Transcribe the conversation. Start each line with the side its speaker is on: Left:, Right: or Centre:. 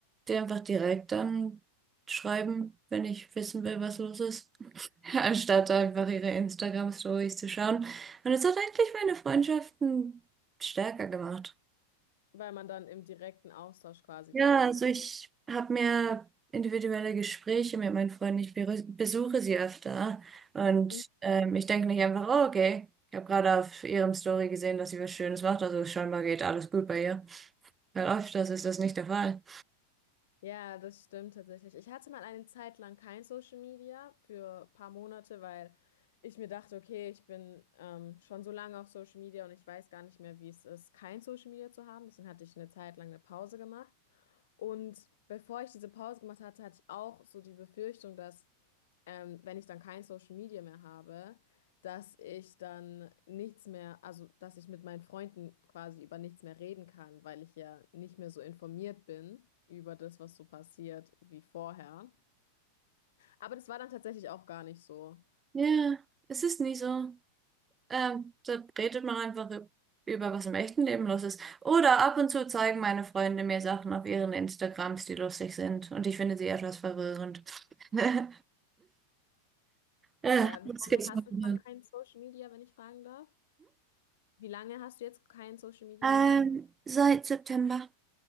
Right: dir einfach direkt dann schreiben, wenn ich wissen will, was los ist, <laughs> anstatt einfach ihre Instagram-Stories zu schauen. Und es hat eigentlich meine Freundschaften stärker gemacht.
Left: weil man dann im direkten Austausch quasi
Right: Ja,
Left: direkt
Right: also
Left: ist.
Right: ich habe mir individuelle Gespräche mit meinen Freunden. Ich beru- besuche sie öfter und
Left: Mhm.
Right: ähm, ich denke nicht einfach, oh, okay, ich habe gerade auf ihrem Story gesehen, dass sie was Schönes macht, also scheinbar geht alles gut bei ihr. Weil öfters ist das nicht der Fall.
Left: Ja, das stimmt tatsächlich. Ich hatte mal eine Zeit lang kein Social Media für ein paar Monate, weil ich mir dachte, okay, ich bin ähm, schon so lange auf Social Media und ich weiß gar nicht mehr, wie es ist, kein Social Media zu haben. Deswegen hatte ich eine Zeit lang eine Pause gemacht. Und bevor ich diese Pause gemacht hatte, hatte ich auch so die Befürchtung, dass ähm, wenn ich dann kein Social Media mehr habe, dass ich dann nichts mehr, also dass ich mit meinen Freunden quasi über nichts mehr reden kann, weil ich ja nicht mehr so informiert bin über das, was so passiert wie vorher. Aber das war dann tatsächlich auch gar nicht so.
Right: Ja, es ist nie so. Ähm, da redet man einfach ü- über, was im echten Leben los ist. Oder ab und zu zeigen meine Freunde mir Sachen auf ihren Instagrams, die lustig sind und ich finde sie etwas verwirrend. <laughs> Ja,
Left: Ja, wie
Right: das gibt's
Left: lange hast
Right: mal
Left: du
Right: wieder.
Left: schon kein Social Media, wenn ich fragen darf? Wie lange hast du jetzt kein Social Media
Right: Ähm,
Left: mehr?
Right: seit September.